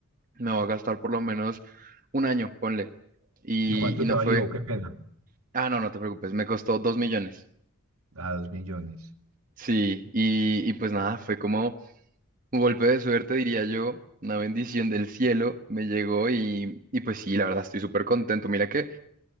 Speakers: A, on the right; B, on the right.
A: me voy a gastar por lo menos un año, ponle. Y,
B: ¿Y cuánto
A: y
B: te
A: no
B: Sí. valió?
A: fue,
B: Qué pena.
A: ah, no, no te preocupes, me costó dos millones.
B: A dos millones.
A: Sí, y, y pues nada, fue como... Un golpe de suerte, diría yo, una bendición del cielo me llegó y, y pues sí, la verdad estoy súper contento. Mira que